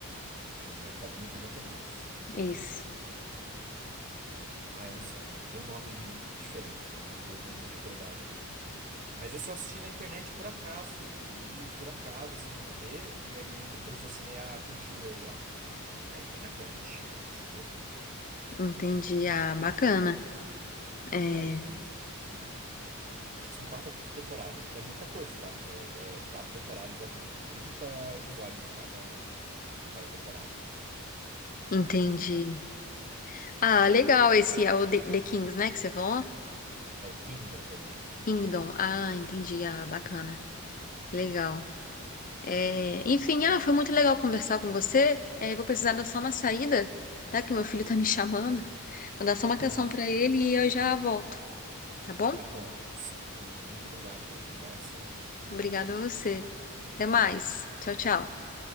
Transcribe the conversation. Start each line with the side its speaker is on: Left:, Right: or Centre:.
Right: Isso, mangá é quadrinho japonês. Aí
Left: Isso.
Right: tem. Ah, eu não sei o nome. Tem um nome diferente, eu não vou me me recordar aqui. Mas esse eu assisti na internet por acaso. Eu vi por acaso, assim, pra ver. E aí depois eu assinei a Crunchyroll lá. Aí tem na Crunch, Crunchyroll.
Left: Entendi. Ah, bacana. É,
Right: E aí eu comecei a acompanhar. São- acho que são quatro temporadas. É muita coisa, tá? É, é quatro temporadas, acho que 30 episódios cada, cada temporada.
Left: entendi.
Right: Então é bastante.
Left: Ah, legal esse é o The The Kings, né, que você falou?
Right: É o Kingdom também, é Kingdom
Left: Kingdom.
Right: também.
Left: Ah, entendi. Ah, bacana. Legal. É, enfim, ah, foi muito legal conversar com você. É, eu vou precisar dar só uma saída, tá? Que meu filho tá me chamando. Vou dar só uma
Right: Mas
Left: atenção pra ele e eu já volto, tá bom?
Right: tá bom, sem problema. Muito obrigado pela conversa.
Left: Obrigada a você. Até mais. Tchau, tchau.